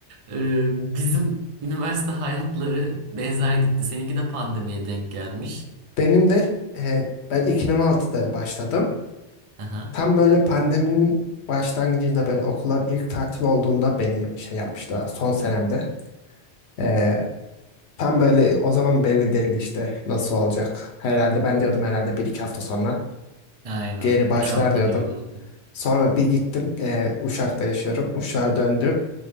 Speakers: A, on the right; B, on the left.
A: e, bizim üniversite hayatları benzer gitti. Seninki de pandemiye denk gelmiş.
B: Benim de e, ben 2006'da başladım.
A: Aha,
B: Tam böyle pandeminin başlangıcında böyle okullar ilk tatil olduğunda beni şey yapmıştı son senemde. Ee, tam böyle o zaman belli değildi işte nasıl olacak. Herhalde ben diyordum herhalde bir iki hafta sonra
A: aynen.
B: geri
A: Üç
B: başlar
A: hafta
B: diyordum.
A: diyorlardı.
B: Sonra bir gittim ee, Uşak'ta yaşıyorum. Uşak'a döndüm.